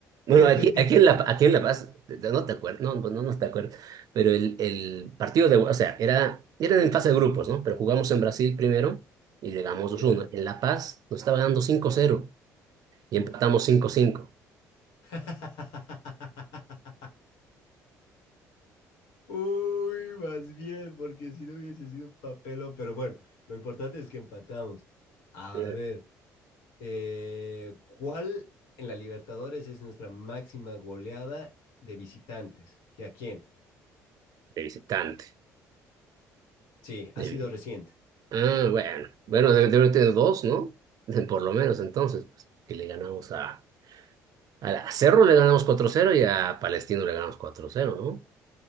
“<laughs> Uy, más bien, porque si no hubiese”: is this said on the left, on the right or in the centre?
Left